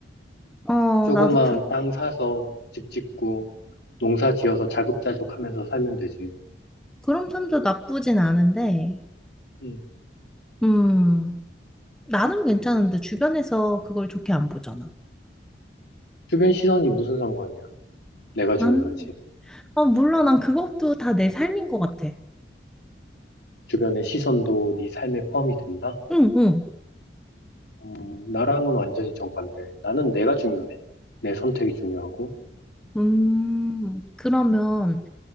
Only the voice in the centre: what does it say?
어,
나도 그,
그런 편도 나쁘진 않은데,
음, 나는 괜찮은데 주변에서 그걸 좋게 안 보잖아.
난, 아, 몰라. 난 그것도 다 내 삶인 것 같아.
응, 응.
음, 그러면